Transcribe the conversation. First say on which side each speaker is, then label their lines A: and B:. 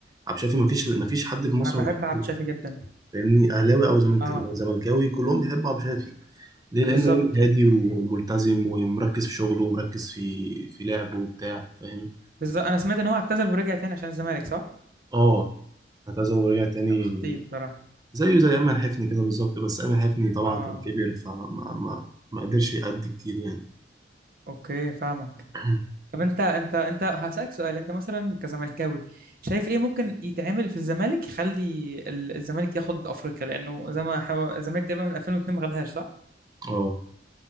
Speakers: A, on the right; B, on the right.
A: عبد الشافي مفيش مفيش حد في مصر
B: انا بحب
A: ما بيحبوش
B: عبد الشافي جدا
A: فاهمني اهلاوي او زملك-
B: اه
A: زملكاوي كلهم بيحبوا عبد الشافي ليه لان
B: بالظبط
A: راجل هادي وملتزم ومركز في شغله ومركز في في لعبه وبتاع فاهم
B: بالظبط انا سمعت ان هو اعتزل ورجع تاني عشان الزمالك صح؟
A: اه اعتزل ورجع تاني
B: خطير بصراحة
A: زيه زي أمل حفني كده بالظبط بس أمل حفني طبعا
B: اه
A: كان كبير فما ما ما قدرش يأدي كتير يعني
B: اوكي فاهمك
A: <clears throat>
B: طب انت انت انت هسألك سؤال انت مثلا كزملكاوي شايف ايه ممكن يتعمل في الزمالك يخلي ال- الزمالك ياخد افريقيا لانه زي ما حو... الزمالك تقريبا من 2002 ما خدهاش صح
A: اه